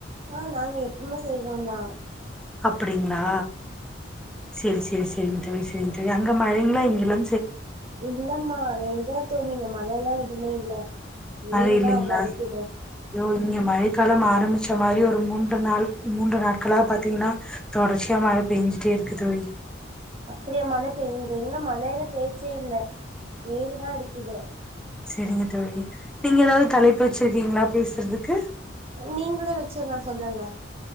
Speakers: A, on the right (about 30°); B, in the centre.
A: ஆஹ் நாங்க எப்பவுமே செய்வோ தா
B: அப்படிங்களா சேரி சேரி சேரிங் தோழி அங்க மழக்கலா இங்கலா
A: இல்லம்மா எங்க <unintelligible> மழைல்லாம் எதுமே இல்ல வெயில்
B: மழை இல்லைங்களா
A: தா உன்னு அடிக்குது
B: ஐயோ இங்க மழை காலம் ஆரம்பிச்ச மாரி ஒரு மூன் நா மூன்று நாட்களாக பாத்தீங்கன்னா தொடர்ச்சி இங்க மழ பேஞ்சுட்டே இருக்கு தோழி
A: அப்படியா மழை பெய்து இங்க எங்க மழல பேச்சே இல்ல வெயில் தா அடிக்குது
B: செரிங்க தோழி நீங்க எதாவது தலைப்பு வெச்சிருக்கீங்களா பேசுறதுக்கு
A: நீங்களே வெச்சிடலாம் சொல்லுங்க